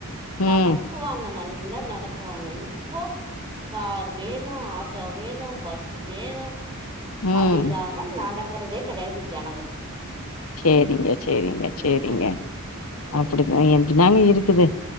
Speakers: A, on the right; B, on the left.
A: நடக்குவாங்க
B: ம்
A: நல்லா நடக்குவாங்க இப்போ கார் வேணு ஆட்டோ வேணு பஸ் வேணு
B: ம்
A: அது இல்லாம நடக்குறதே கெடையாது ஜனங்க
B: சேரிங்க
A: ம்ஹ்ம்.
B: சேரிங்க
A: ம்ஹ்ம்.
B: சேரிங்க
A: ம்.
B: அப்டித்தா எனக்குந் தாங்க இருக்குது